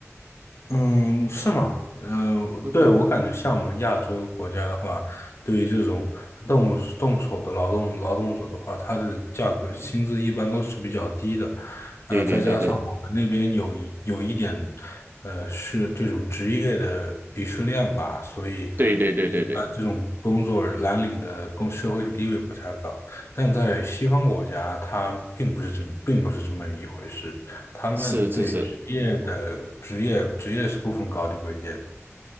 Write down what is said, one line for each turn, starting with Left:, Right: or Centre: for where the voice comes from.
Left: 嗯，是吗？呃，
Right: 嗯哼，
Left: 对，我感觉像我们亚洲国家的话，对于这种动动手的劳动劳动者的话，他的价格薪资一般都是比较低的，
Right: 对对对对
Left: 呃，再加上我们那边有一有一点，呃，是这种职业的鄙视链吧，所以呃一般这种工作蓝领的工社会地位不太高，
Right: 对对对对对，
Left: 但在西方国家，它并不是这么并不是这么一回事。他们对职业的职业职业是不分高低贵贱
Right: 是是是。